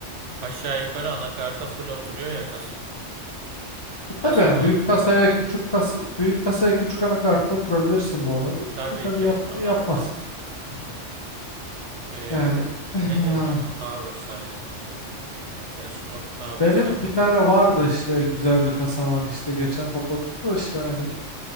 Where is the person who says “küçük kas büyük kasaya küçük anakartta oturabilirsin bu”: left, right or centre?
Left